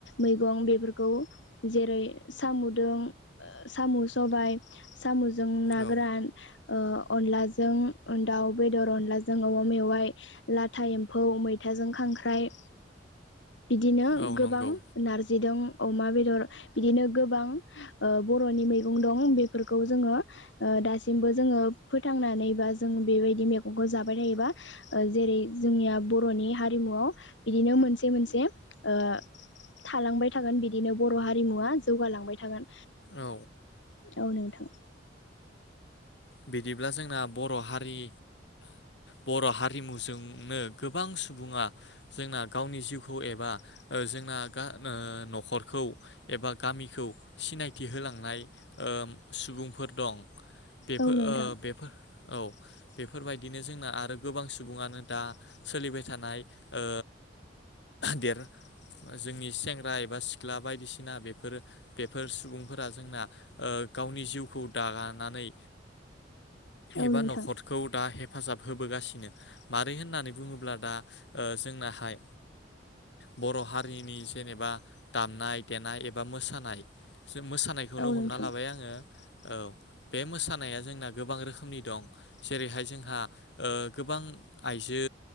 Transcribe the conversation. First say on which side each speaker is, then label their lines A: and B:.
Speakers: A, on the left (about 85°); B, on the left (about 70°).
A: मैगं बेफोरखौ जेरै साम'जों ओ साम' सबाय साम'जों गोरान
B: औ
A: ओह अनलाजों दाउ बेदर, अनलाजों औवा मेवा, इ लाथा एम्फौ, मैथाजों खांख्राइ, बिदिनो
B: औ
A: गोबां
B: नंगौ
A: नारजि दं अमा बेदर बिदिनो गोबां ओ बर'नि मैगं दं बेफोरखौ जोङो ओ दासिमबो जोङो फोथांनानै बा जों बेबायदि मेगंखौ जाबाय थायोबा जेरै जोंनिया बर'नि हारिमुआव बिदिनो मोनसे मोनसे ओ थालांबाय थागोन बिदिनो बर' हारिमुवा जौगालांबाय थागोन
B: औ
A: औ नोंथां।
B: बिदिब्ला जोंना बर' हारि बर' हारिमुजोंनो गोबां सुबुङा जोंना गावनि जिउखौ एबा ओ जोंना ओ न'खरखौ एबा गामिखौ सिनायथि होलांनाय ओह सुबुंफोर दं। बेफोर
A: औ
B: ओ
A: नोंथां
B: बेफोर औ। बेफोरबायदिनो जोंना आरो गोबां सुबुङानो दा सोलिबाय थानाय ओ देर जोंनि सेंग्रा एबा सिख्ला बायदिसिना बेफोरो बेफोर सुबुंफोरा जोंना ओ गावनि जिउखौ दानानै
A: औ
B: एबा
A: नोंथां
B: नखरखौ दा हेब हेफाजाब होबोगासिनो मारै होननानै बुङोब्ला दा ओ जोंनाहाय बर' हारिनि जेनेबा दामनाय देनाय एबा मोसानाय मोसानायखौनो
A: औ
B: हमना
A: नोंथां
B: लाबाय आङो औ बे मोसानाय मोसानाया जोंना गोबां रोखोमनि दं जेरैहाय जोंहा ओह गोबां आइजो